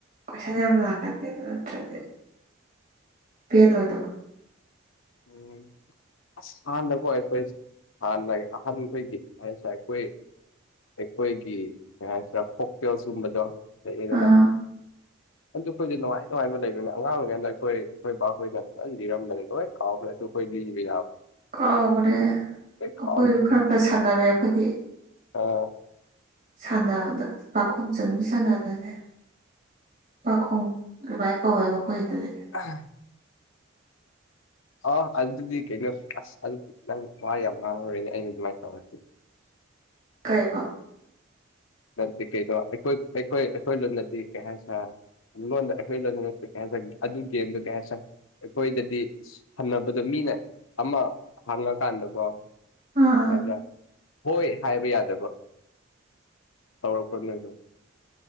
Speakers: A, on the right; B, on the left.
A: ꯀꫭꯏꯁꯟ ꯌꯥꯝ ꯂꯥꯛꯀꯅꯤ ꯑꯗꯨ ꯅꯠꯇ꯭ꯔꯗꯤ ꯄꯦꯜꯂꯣꯏ ꯗꯕ
B: ꯎꯝ ꯑꯁ ꯑꯍꯥꯟꯅꯀꯣ ꯑꯩꯈꯣꯏꯁꯦ ꯍꯥꯟꯅ ꯑꯍꯥꯟꯕꯒꯤ ꯍꯥꯏꯁꯦ ꯑꯩꯈꯣꯏ ꯑꯩꯈꯣꯏꯒꯤ ꯀꯩ ꯍꯥꯏꯁꯤꯔꯥ ꯐꯣꯛꯇꯦꯡꯜꯁ ꯁꯤꯒꯨꯝꯕꯗꯣ ꯂꯩꯑꯦꯗꯅ
A: ꯑꯥ
B: ꯑꯗꯨ ꯑꯩꯈꯣꯏꯁꯨ ꯅꯨꯡꯉꯥꯏ ꯅꯨꯡꯉꯥꯏꯕ ꯂꯩꯕꯅꯤ ꯑꯉꯥꯡ ꯑꫭꯏꯀꯥꯟꯗ ꯑꯩꯈꯣꯏ ꯑꯩꯈꯣꯏ ꯕꯥꯈꯣꯏꯅ ꯐꯟ ꯂꯤꯔꯝꯕꯅꯤ ꯂꯣꯏ ꯐꯥꯎꯣꯏꯁꯨ ꯀꯩ ꯂꯤ
A: ꯀꯥꯎꯈ꯭ꯔꯦ ꯑꯩꯈꯣꯏ
B: ꯀꯥꯎꯈ꯭ꯔꯦ
A: ꯈꯔ ꯈꯔ ꯁꯥꯟꯅꯔꯦ ꯑꯩꯈꯣꯏꯗꯤ
B: ꯑꯥ
A: ꯁꯥꯟꯗ ꯑꯣꯗ ꯄꯥꯈꯨꯝ ꯆꯟꯕꯤꯁꯅꯗꯅꯦ ꯄꯥꯈꯨꯝ ꯀꯃꯥꯏꯅ ꯀꯧꯋꯦ ꯃꯈꯣꯏꯗꯗꯤ
B: ꯑ ꯑꯥ ꯑꯗꯨꯗꯤ ꯀꯩꯅꯣ ꯑꯁ ꯑꯗꯨꯗꯤ ꯅꯪ ꯋꯥ ꯌꯥꯝ ꯉꯥꯡꯉꯨꯔꯣꯏꯅꯦ ꯑꯩꯅ ꯑꯗꯨꯃꯥꯏꯅ ꯇꯧꯔꯗꯤ
A: ꯀꯩꯏꯕ
B: ꯇꯠꯇ‌ꯦ ꯀꯩꯗꯣ ꯑꯩꯏ ꯑꯩꯈꯣꯏ ꯑꯩꯈꯣꯏ ꯂꯣꯗꯗꯤ ꯀꯩ ꯍꯥꯏ ꯁꯔꯥ ꯣꯈꯗꯅ ꯀꯌꯥꯁ ꯑꯗꯨꯗꯦ ꯀꯌꯥꯁ <unintelligible> ꯑꯩꯈꯣꯏꯗꯗꯤ ꯍꯟꯅꯕꯗꯣ ꯃꯤꯅ ꯑꯃ ꯍꯥꯡꯉꯀꯥꯟꯗꯀꯣ
A: ꯑꯥ ꯑꯥ
B: ꯑꯗꯥ ꯍꯣꯏ ꯍꯥꯏꯕ ꯌꯥꯗꯕ ꯇꯧꯔꯛꯄꯗꯨ